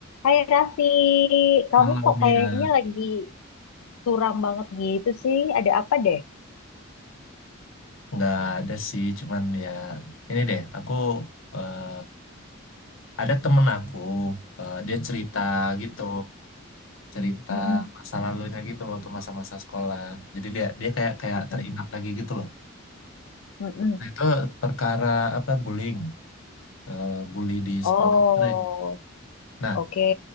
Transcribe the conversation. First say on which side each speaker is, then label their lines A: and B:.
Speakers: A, on the left; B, on the left.
A: Hai Raffi, kamu
B: Halo
A: kok
B: Mia,
A: kayaknya lagi suram banget gitu sih? Ada apa deh?
B: nggak ada sih, cuman ya ini deh, aku eh, ada temen aku, eh, dia cerita gitu, cerita
A: Mm-mm,
B: masa lalunya gitu waktu masa-masa sekolah. Jadi dia dia kayak kayak
A: mm-mm,
B: teringat lagi gitu loh.
A: mm-mm.
B: Nah, itu perkara apa bullying, eh, bully di
A: Oh,
B: sekolah gitu deh. Nah,
A: oke.